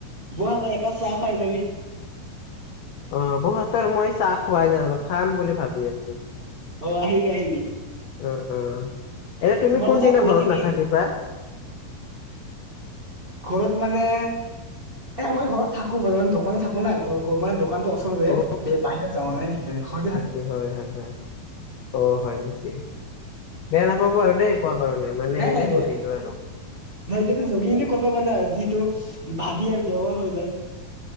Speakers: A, on the right; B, on the left.
A: বৌ হাতৰ এক কাপ চাহ খাই যাবি।
B: অ' বৌৰ হাতৰ মই চাহ খোৱাই নাই ৰহ খাম বুলি ভাবি আছো।
A: অ'আহিবি, আহিবি।
B: <unintelligible> এনে তুমি
A: তোমাৰ
B: কোনদিনা
A: কথা কৈয়ে
B: ঘৰত
A: থাকে
B: নাথাকিবা?
A: এনে ঘৰত মানে এ মই ঘৰত থাকো বৰ্তমান দোকানোত থাকো না ঘ ঘৰ দোকানটো ওচৰ- অঁ বে
B: অ
A: বাহিৰত যোৱা নাই সেইকাৰণে ঘৰতে থাকো-
B: কি হয়ঁ হয়ঁ হয়ঁ। অঁ হয়ঁ নেকি বেয়া নাপাব আৰু দেই কোৱা কাৰণে। মানে
A: নাই
B: এনে
A: নাই বেয়া-
B: সুধিলো আৰু
A: নাই এতিয়ো জগিংটো কৰিব পৰা নাই যিটো ভাবি আৰু দেওৰ হৈ যায়। <inaudible>